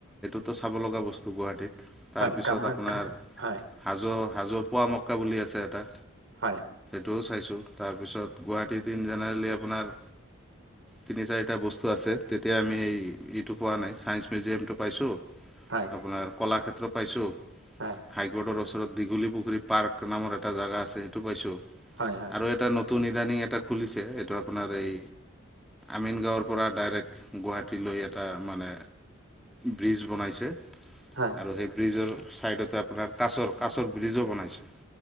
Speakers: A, in the centre; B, on the right (about 70°).
A: ত' চাব লগা বস্তু গুৱাহাটীত তাৰপিছত
B: হয় কামাখ্যা
A: আপোনাৰ
B: হয়
A: হাজো হাজ পোৱা মক্কা বুলি আছে এটা।
B: হয়,
A: ত' চাইছো তাৰপিছত গুৱাহাটীত ইন জেনেৰেলি আপোনাৰ তিনি চাৰিটা বস্তু আছে তেতিয়া আমি এই ইটো পোৱা নাই চাইন্ঞ্চ মিউজিয়ামটো পাইছো
B: হয়
A: আপোনাৰ কলাক্ষেত্ৰ পাইছো
B: হয় হয়
A: হাই গডৰ দীঘলী পুখুৰী পাৰ্ক নামৰ এটা জেগা আছে সেইটো পাইছোঁ
B: হয় হয়
A: আৰু
B: হয়
A: এটা ন টো নিদানি এটা খুলিছে সেইটো আপোনাৰ এই আমিন গাঁৱৰ পৰা ডাইৰেক্ট গুৱাহাটীলৈ এটা মানে ব্ৰিজ বনাইছে আৰু
B: হয়
A: সেই ব্ৰিজৰ চাইডতে আপোনাৰ কাছৰ কাছৰ ব্ৰিজো বনাইছে।